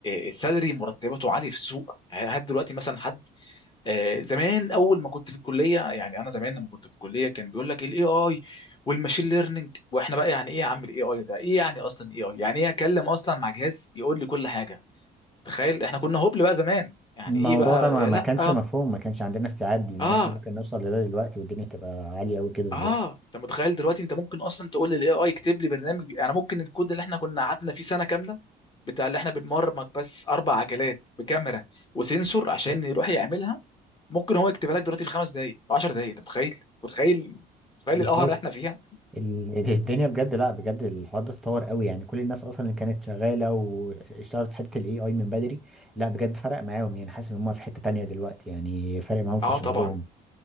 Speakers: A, on the left; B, in the centre.
A: آه، السالري مرتباته عاليه في السوق هات دلوقتي مثلا حد آه، زمان اول ما كنت في الكليه يعني انا زمان لما كنت في الكليه كان بيقول لك الاي اي والماشين ليرنينج واحنا بقى يعني ايه يا عم الاي اي ده ايه يعني اصلا اي اي يعني ايه اكلم اصلا مع جهاز يقول لي كل حاجه تخيل احنا كنا هبل بقى زمان يعني
B: الموضوع
A: ايه بقى
B: ده ما
A: يا
B: ما
A: لا
B: كانش
A: اه
B: مفهوم ما كانش عندنا استيعاب لان
A: آه،
B: احنا ممكن نوصل لده دلوقتي والدنيا تبقى عالية قوي كده دلوقتي
A: اه انت متخيل دلوقتي انت ممكن اصلا تقول للاي اي يكتب لي برنامج بي... يعني ممكن الكود اللي احنا كنا قعدنا فيه سنه كامله بتاع اللي احنا بنبرمج بس اربع عجلات بكاميرا وسنسور عشان يروح يعملها ممكن هو يكتبها لك دلوقتي في خمس دقائق 10 دقائق انت متخيل متخيل متخيل
B: بالظبط
A: القهر اللي احنا فيها
B: ال- ال- الدنيا بجد لا بجد الحوار ده اتطور قوي يعني كل الناس اصلا اللي كانت شغاله واشتغلت في حته الاي اي من بدري لا بجد فرق معاهم يعني حاسس ان هم في حته تانية دلوقتي يعني فرق
A: <laughs>
B: معاهم في
A: اه
B: شغلهم
A: طبعا